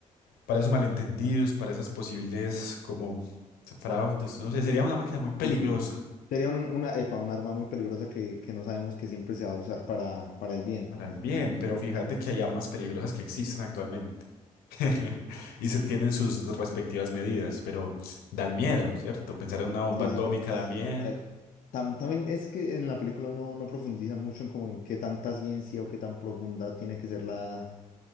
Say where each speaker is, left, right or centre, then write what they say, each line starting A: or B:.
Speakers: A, on the left (about 85°); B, on the left (about 65°).
A: para esos malentendidos, para esas posibles como fraudes, no sé, sería una máquina muy peligrosa.
B: Sí, sí. Sería un- una, epa, un arma muy peligrosa que, que no sabemos que siempre se va a usar para, para el bien.
A: Para el bien, pero fíjate que hay armas peligrosas que existen actualmente <laughs> y se tienen sus respectivas medidas, pero da el miedo, ¿cierto? Pensar en una bomba
B: Sí,
A: atómica
B: sí, pero.
A: da miedo.
B: A ver. tam- también es que en la película no, no profundizan mucho en como en qué tanta ciencia o qué tan profunda tiene que ser la,